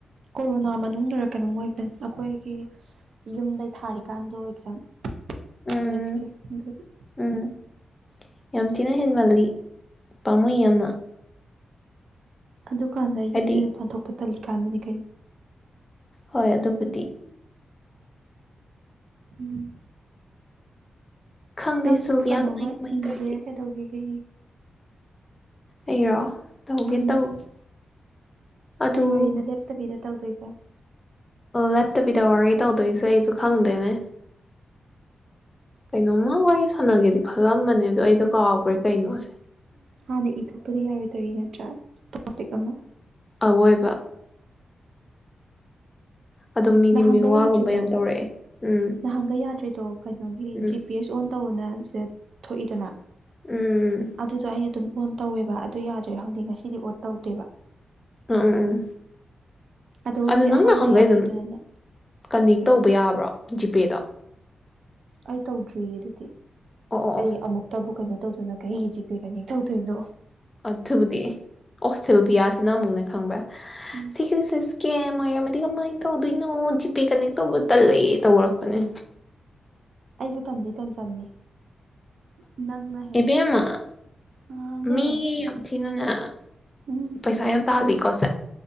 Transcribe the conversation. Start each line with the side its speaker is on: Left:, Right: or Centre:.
Right: ꯀꯣꯔꯣꯅꯥ ꯃꯅꯨꯡꯗꯔ ꯀꯩꯅꯣꯝ ꯃꯣꯏꯕ ꯑꯩꯈꯣꯏꯒꯤ ꯌꯨꯝꯗꯩ ꯊꯥꯔꯤꯀꯥꯟꯗꯣ ꯑꯦꯛꯖꯥꯝ
Left: ꯎꯝ
Right: ꯀꯂꯦꯖꯀꯤ ꯑꯗꯨꯒꯤ
Left: ꯎꯝ ꯌꯥꯝ ꯊꯤꯅ ꯍꯦꯟꯃꯜꯂꯤ ꯄꯥꯝꯃꯣꯏ ꯌꯥꯝꯅ
Right: ꯑꯗꯨꯀꯥꯟꯗ ꯑꯩ
Left: ꯍꯥꯏꯗꯤ
Right: ꯌꯨꯝꯗꯒꯤ ꯃꯥꯄꯥꯟ ꯊꯣꯛꯄ ꯇꯜꯂꯤ ꯀꯥꯟꯕꯅꯤ ꯀꯩꯅꯣ
Left: ꯍꯣꯏ ꯑꯗꯨꯕꯨꯗꯤ
Right: ꯎꯝ
Left: ꯈꯪꯗꯦ
Right: ꯅꯪꯁꯨ
Left: ꯁꯤꯜꯚꯤꯌꯥ
Right: ꯀꯩꯅꯣꯝꯃ
Left: ꯀꯃꯥꯏ ꯀꯃꯥꯏꯅ
Right: ꯏꯒꯦ
Left: ꯇꯧꯔꯤꯒꯦ
Right: ꯀꯩꯗꯧꯒꯦ ꯍ
Left: ꯑꯩꯔꯣ ꯇꯧꯒꯦ
Right: ꯎꯝ
Left: ꯇꯧꯒꯦ ꯑꯗꯨ
Right: ꯀꯔꯤ ꯋꯥꯔꯤꯅꯣ ꯂꯦꯞꯇꯕꯤꯗ ꯇꯧꯗꯣꯏꯁꯦ
Left: ꯂꯦꯞꯇꯕꯤꯗ ꯋꯥꯔꯤ ꯇꯧꯗꯣꯏꯁꯦ ꯑꯩꯁꯨ ꯈꯪꯗꯦꯅꯦ ꯀꯩꯅꯣꯃ ꯋꯥꯔꯤꯁ ꯁꯥꯟꯅꯒꯦꯗꯤ ꯈꯜꯂꯝꯕꯅꯦ ꯑꯗꯣ ꯑꯩꯗꯣ ꯀꯥꯎꯈ꯭ꯔꯦ ꯀꯩꯅꯣꯁꯦ
Right: ꯍꯥꯟꯅ ꯏꯊꯣꯛꯄꯗꯤ ꯌꯥꯔꯣꯏꯗꯧꯔꯤ ꯅꯠꯇ꯭ꯔꯥ ꯇꯣꯄꯤꯛ ꯑꯃ
Left: ꯑꯋꯣꯏꯕ ꯑꯗꯨꯝ ꯃꯤꯗꯤ
Right: ꯅꯍꯥꯟꯒꯩ
Left: ꯃꯤꯋꯥꯒꯨꯝꯕ
Right: ꯌꯥꯗ꯭ꯔꯤꯗꯣ
Left: ꯌꯥꯝ ꯇꯧꯔꯛꯑꯦ ꯎꯝ
Right: ꯅꯍꯥꯟꯒꯩ ꯌꯥꯗ꯭ꯔꯤꯗꯣ ꯀꯩꯅꯣꯒꯤ
Left: ꯎꯝ
Right: ꯖꯤ ꯄꯤ ꯑꯦꯁ ꯑꯣꯟ ꯇꯧꯑꯣꯅ ꯊꯣꯛꯏꯗꯅ
Left: ꯎꯝ
Right: ꯑꯗꯨꯗ ꯑꯩ <unintelligible> ꯑꯗꯨꯝ ꯑꯣꯟ ꯇꯧꯋꯦꯕ ꯑꯗꯨ ꯌꯥꯗ꯭ꯔꯦ ꯈꯪꯗꯦ ꯉꯁꯤꯗꯤ ꯑꯣꯟ ꯇꯧꯗꯦꯕ
Left: ꯎꯝ ꯎꯝ ꯎꯝ
Right: ꯑꯗꯨꯒ
Left: ꯑꯗꯨ
Right: ꯍꯧꯖꯤꯛ
Left: ꯅꯪ
Right: ꯑꯍꯥꯟꯕ
Left: ꯅꯥꯍꯥꯟꯒꯩ
Right: ꯌꯥꯗ꯭ꯔꯤꯗꯨꯅꯅꯦ
Left: ꯑꯗꯨꯝ ꯀꯟꯅꯦꯛ
Right: ꯀꯩ
Left: ꯇꯧꯕ ꯌꯥꯕ꯭ꯔꯣ ꯖꯤꯄꯦꯗꯣ
Right: ꯑꯩ ꯇꯧꯗ꯭ꯔꯤꯌꯦ ꯑꯗꯨꯗꯤ
Left: ꯑꯣ ꯑꯣ ꯑꯣ
Right: ꯑꯩ ꯑꯃꯨꯛꯇꯕꯨ ꯀꯩꯅꯣ ꯇꯧ ꯑꯗꯨꯅ ꯀꯩꯒꯤꯖꯤ ꯄꯦ ꯀꯅꯦꯛ ꯇꯧꯗꯣꯏꯅꯣ
Left: ꯑꯗꯨꯕꯨꯗꯤ ꯑꯣꯁꯇꯦꯜꯕꯤꯌꯥꯁꯤꯅ ꯑꯃꯨꯛꯅꯦ ꯈꯪꯕ꯭ꯔꯥ <unintelligible>
Right: ꯎꯝ
Left: ꯀꯃꯥꯏ ꯇꯧꯗꯣꯏꯅꯣ ꯖꯤꯄꯦ ꯀꯅꯦꯛ ꯇꯧꯕ ꯇꯜꯂꯦ ꯇꯧꯔꯛꯄꯅꯦ
Right: ꯑꯩꯁꯨ ꯇꯟꯗꯤ <unintelligible> ꯅꯪꯅ ꯍꯦꯛ
Left: ꯏꯕꯦꯝꯃ
Right: ꯍꯥꯎꯅꯦ
Left: ꯃꯤ ꯌꯥꯝ ꯊꯤꯅꯅꯦ
Right: ꯎꯝ
Left: ꯄꯩꯁꯥ ꯌꯥꯝ ꯇꯥꯜꯂꯤꯀꯣ ꯁꯦ